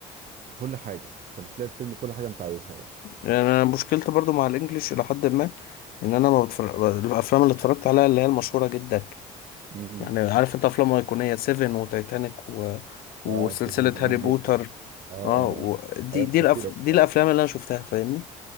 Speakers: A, on the right; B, on the left.
A: كل حاجه انت بتلاقي في الفيلم كل حاجه انت عايزها يعني
B: يعني أنا مشكلتي برضو مع الإنجليش إلى حد ما إن أنا ما بتفرج الأفلام اللي اتفرجت عليها اللي هي المشهورة جدا
A: امم
B: يعني عارف أنت أفلام أيقونية سيفن وتايتانيك و... وسلسلة
A: اه سيفن جميل
B: هاري بوتر
A: جدا اه اه
B: اه و...
A: اه
B: دي
A: حاجات
B: دي
A: خطيره
B: الأف...
A: بصراحه
B: دي الأفلام اللي أنا شفتها فاهمني